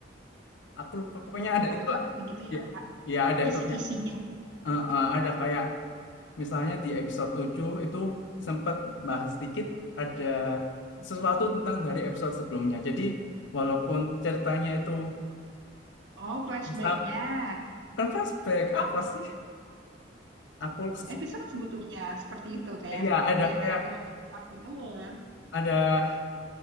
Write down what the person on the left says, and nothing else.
Aku lupa pokoknya
ada itu
lah.
Iya.
Iya, ada
itunya. Eh, eh, ada kayak misalnya di episode 7 itu sempat bahas sedikit ada sesuatu tentang dari episode sebelumnya. Jadi walaupun ceritanya itu
bukan bukan flashback apa sih? Aku
iya ada
kayak
ada